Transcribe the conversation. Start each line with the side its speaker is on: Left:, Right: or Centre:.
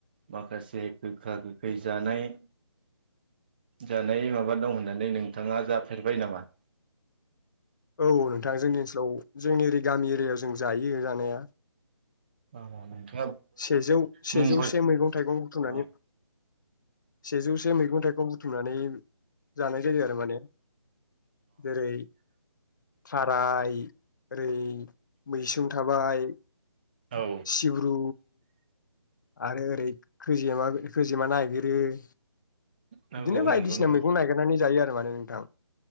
Right: माखासे गोखा गोखै जानाय जानाय माबा दं होननानै नोंथाङा जाफेरबाय नामा?
Left: औ नोंथां जोंनि औ जोंनि ओरै गामि एरियायाव जों जायो जानाया
Right: <unintelligible>
Left: सेजौ सेजौसे
Right: मुंफोर
Left: मैगं थाइगं बुथुमनानै
Right: अ
Left: सेजौसे मैगं थाइगं बु थुमनानै जानाय जायो आरो माने जेरै थाराय ओरै मैसुं थाबाय
Right: औ
Left: सिब्रु आरो ओरै खोजेमा खोजिमा नायगिरो बिदिनो
Right: नंगौ
Left: बायदिसिना
Right: नंगौ नंगौ
Left: मैगं नागिरनानै जायो आरो सो मानो नोंथां